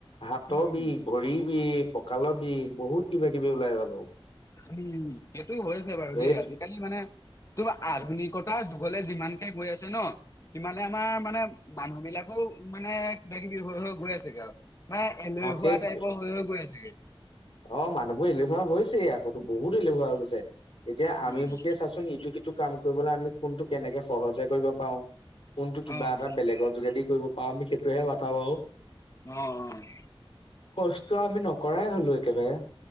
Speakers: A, on the left; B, on the left.
A: হাতৰ
B: উম, উম।
A: বিষ, ভৰিৰ বিষ, কঁকালৰ বিষ বহুত কিবা কিবি ওলাই যাব।
B: উম, সেইটো হৈছে বাৰু
A: সেইটো
B: দেই আজিকালি মানে কিবা আধুনিকতাৰ যুগলে যিমানকে গৈ আছে ন। সিমানে আমাৰ মানে, মানুহ বিলাকো মানে কিবাকিবি হৈ, হৈ গৈ আছেগে আৰু। মানে এলেহুৱা
A: অ সেইটোৱে
B: টাইপৰ হৈ, হৈ, গৈ আছেগে।
A: অ', মানুহবোৰ এলেহুৱা হৈছে আকৌতো, বহুত এলেহুৱা হৈছে। এতিয়া আমিবুকে
B: উম,
A: চাচোন ইটো-সিটো কাম কৰিবলৈ আমি কোনটো কেনেকে সহজে কৰিব পাওঁ। কোনটো কিবা
B: অ',
A: এটা বেলেগৰ যোগেদি কৰিব পাওঁ, আমি সেইটোহে মাথা মাৰো।
B: অ', অ'।
A: কষ্ট আমি নকৰাই হ'লো একেবাৰে।